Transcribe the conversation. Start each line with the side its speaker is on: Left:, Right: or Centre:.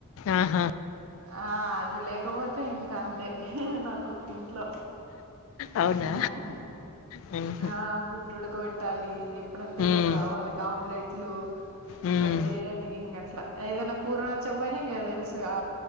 Left: ఆహా
Right: ఆ అది లేకపోతే ఇంకా అంతే నాకు ఇంట్లో
Left: అవునా?
Right: ఉం
Left: హుహు.
Right: ఆ గుడ్డు ఉడక పెట్ పెట్టాలి ఎప్పుడంటే
Left: హ్మ్.
Right: ఇగా అప్పుడు వాళ్ళకి ఆమ్లెట్లు
Left: హ్మ్.
Right: ఫ్రై చేయాలి ఇంగట్లా ఏదనా కూర నచ్చకపోయినా ఇంగా తెలుసు గా